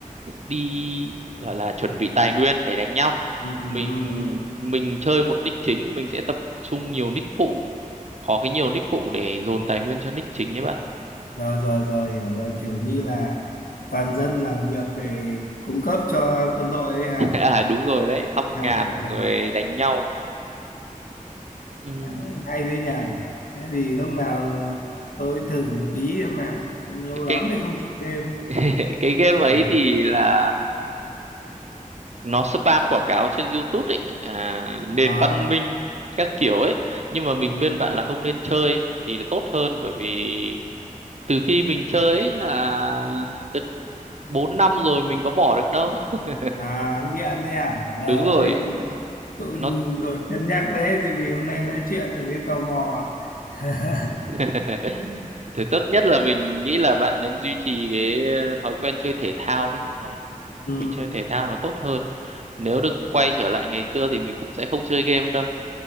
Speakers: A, on the right (about 55°); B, on the left (about 80°).
A: đi gọi là chuẩn bị tài nguyên để đánh nhau
B: Ừ. Ừ.
A: mình
B: ừ.
A: mình chơi một nick chính mình sẽ tập trung nhiều nick phụ có cái nhiều nick phụ để dồn tài nguyên cho nick chính ấy bạn
B: rồi rồi rồi hiểu rồi kiểu như là toàn dân làm việc để cung cấp cho quân đội đấy hả
A: <laughs> à đúng rồi đấy thăm
B: <laughs>
A: ngàn rồi đánh nhau Ừm,
B: À, hay đấy nhỉ thế thì lúc nào tôi thử một tí xem nào lâu lắm
A: cái
B: thì không chơi game
A: <laughs> cái game ấy
B: <laughs>
A: thì là nó spam quảng cáo trên YouTube ấy à, nền
B: à,
A: văn minh các kiểu ấy nhưng mà mình
B: ừ.
A: khuyên bạn là không nên chơi thì là tốt hơn bởi vì từ khi mình chơi ấy là được 4 năm rồi mình có bỏ được đâu <laughs>
B: à nghiện đấy hả ờ
A: đúng rồi
B: thế cũng, cũng
A: nó
B: rồi cân nhắc đấy thì vì hôm nay nói chuyện là thấy tò mò <laughs>
A: <laughs> thì tốt nhất là mình nghĩ là bạn nên duy trì cái thói quen chơi thể thao đi Đấy.
B: ừ.
A: mình chơi thể thao nó tốt hơn nếu được quay trở lại ngày xưa thì mình cũng sẽ không chơi game đâu